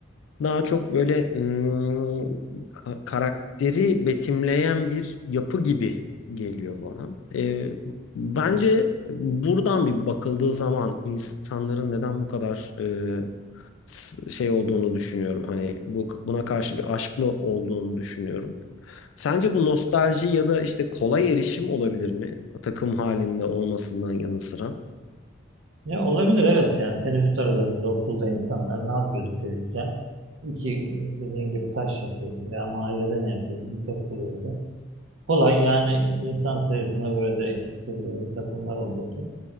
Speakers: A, on the left (about 80°); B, on the right (about 85°).
A: daha çok böyle hmm, ka- karakteri betimleyen bir yapı gibi geliyor bana. Ee, bence buradan bir bakıldığı zaman insanların neden bu kadar e, s- şey olduğunu düşünüyorum. Hani bu buna karşı bir aşklı olduğunu düşünüyorum. Sence bu nostalji ya da işte kolay erişim olabilir mi? Takım halinde olmasından yanı sıra.
B: Ya olabilir evet yani teneffüs aralarında okulda insanlar ne yapıyordu çocukken? İki e, dediğin gibi taş yapıyordu veya mahallede ne yapıyordu? Bir top buluyordu. Kolay yani insan sayısına göre de ekip kuruyordu, takımlar oluyordu.